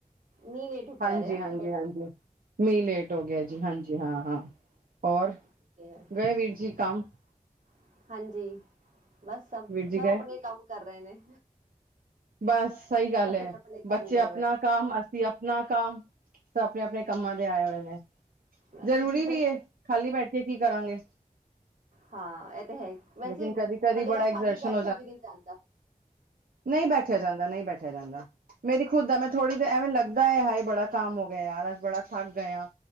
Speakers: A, on the right (about 60°); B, on the right (about 85°).
A: ਮੀਂਹ ਲੇਟ
B: ਹਾਂਜੀ-ਹਾਂਜੀ-ਹਾਂਜੀ,
A: ਪੈ ਰਿਹਾ ਬਟ
B: ਮੀਂਹ ਲੇਟ ਹੋ ਗਿਆ ਜੀ, ਹਾਂਜੀ, ਹਾਂ-ਹਾਂ। ਔਰ
A: ਠੀਕ ਹੈ।
B: ਗਏ ਵੀਰ ਜੀ ਕੰਮ?
A: ਬਸ ਹਾਂਜੀ, ਬਸ ਸਭ-ਸਭ
B: ਵੀਰ ਜੀ ਗਏ
A: ਆਪਣੇ ਕੰਮ ਕਰ ਰਹੇ ਨੇ।
B: ਬੱਸ ਸਹੀ
A: ਸਭ
B: ਗੱਲ
A: ਆਪਣੇ
B: ਐ,
A: ਆਪਣੇ ਕੰਮ
B: ਬੱਚੇ
A: ਕਰ
B: ਆਪਣਾ ਕੰਮ ਅਸੀਂ ਅਸੀਂ ਆਪਣਾ ਕੰਮ, ਸਭ ਆਪਣੇ ਆਪਣੇ ਕੰਮਾਂ ਦੇ ਆਏ ਹੋਏ ਨੇ,
A: ਰਹੇ
B: ਜ਼ਰੂਰੀ
A: ਨੇ
B: ਵੀ ਐ। ਖਾਲੀ ਬੈਠੇ ਕੀ ਕਰਾਂਗੇ
A: ਹਾਂ, ਐ ਤੇ ਹੈ ਈ, ਵੈਸੇ
B: ਲੇਕਿਨ ਕਦੀ ਕਦੀ
A: ਵਦੇਰਾ
B: ਬੜਾ ਐਗਜਰਸ਼ਨ
A: ਖਾਲੀ ਬੈਠਿਆ ਵੀ ਨੀ ਜਾਂਦਾ।
B: ਨ‌ਈਂ ਬੈਠਿਆ ਜਾਂਦਾ, ਨ‌ਈਂ ਬੈਠਿਆ ਜਾਂਦਾ। ਮੇਰੀ ਖੁਦ ਆ ਮੈਂ ਥੋੜ੍ਹੀ ਐਵੇਂ ਲੱਗਦਾ ਹੈ ਇਹ ਬੜਾ ਕੰਮ ਹੋ ਗਿਆ ਯਾਰ ਬੜਾ ਥੱਕ ਗਏ ਹਾਂ